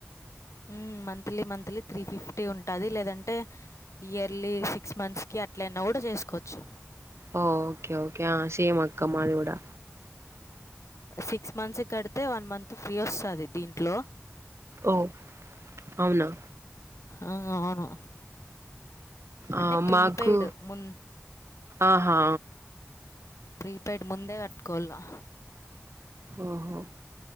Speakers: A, on the left; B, on the right.
A: ఊమ్ మంత్లీ మంత్లీ త్రీ ఫిఫ్టీ ఉంటాది లేదంటే ఇయర్లీ సిక్స్ మంత్స్కి అట్లయినా గూడా జేసుకోవచ్చు
B: ఓ ఓకే ఓకే ఆ సేమ్ అక్కా మాది కూడా
A: సిక్స్ మంత్స్ కడితే వన్ మంత్ ఫ్రీ వస్తది దీంట్లో
B: ఓ అవునా
A: ఆ అవును అంటే
B: ఆ
A: ప్రీపెయిడ్
B: మాకు
A: మున్
B: ఆహా
A: ప్రీపెయిడ్ ముందే కట్టుకోవాల
B: ఓహో